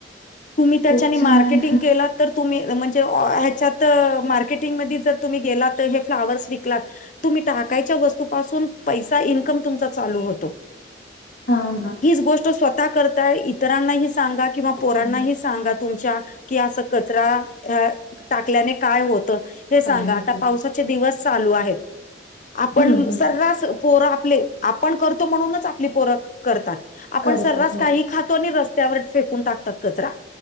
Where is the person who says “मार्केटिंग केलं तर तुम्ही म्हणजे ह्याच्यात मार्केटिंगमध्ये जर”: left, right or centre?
Left